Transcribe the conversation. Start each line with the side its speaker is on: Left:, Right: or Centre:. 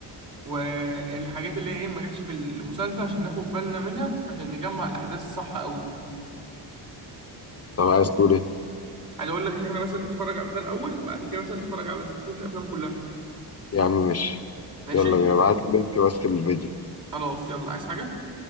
Right: والحاجات اللي هي ايه ما جاتش في المسلسل عشان ناخد بالنا منها عشان نجمع الاحداث الصح قوي
Left: طب عايز تقول ايه
Right: عايز اقول لك اللي احنا مثلا نتفرج على ده الاول بعد كده مثلا نتفرج على سلسله الافلام كلها
Left: يا عم ماشي
Right: ماشي
Left: يلا بينا ابعت لي لينك بس للفيديو
Right: خلاص يلا عايز حاجه